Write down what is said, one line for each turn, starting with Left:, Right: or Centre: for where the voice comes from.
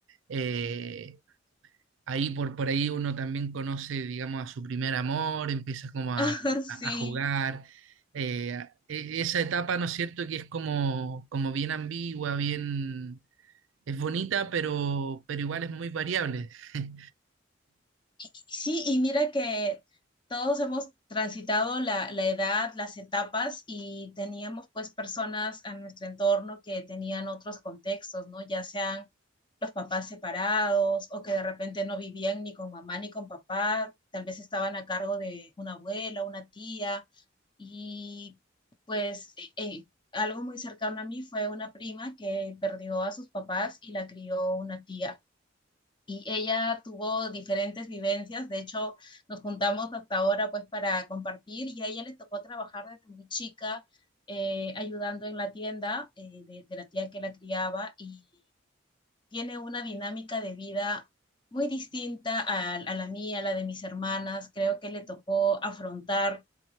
Right: eh, ahí por, por ahí uno también conoce, digamos, a su primer amor, empieza como a,
Left: <laughs> Sí.
Right: a- a jugar. eh, e- esa etapa, ¿no es cierto?, que es como, como bien ambigua, bien, es bonita, pero, pero igual es muy variable. <laughs>
Left: Sí, y mira que todos hemos transitado la, la edad, las etapas y teníamos pues personas en nuestro entorno que tenían otros contextos, ¿no? Ya sean los papás separados o que de repente no vivían ni con mamá ni con papá, tal vez estaban a cargo de una abuela, una tía y pues eh, eh, algo muy cercano a mí fue una prima que perdió a sus papás y la crió una tía y ella tuvo diferentes vivencias, de hecho nos juntamos hasta ahora pues para compartir y a ella le tocó trabajar desde muy chica eh, ayudando en la tienda eh, de, de la tía que la criaba y tiene una dinámica de vida muy distinta a, a, la mía, a la de mis hermanas. Creo que le tocó afrontar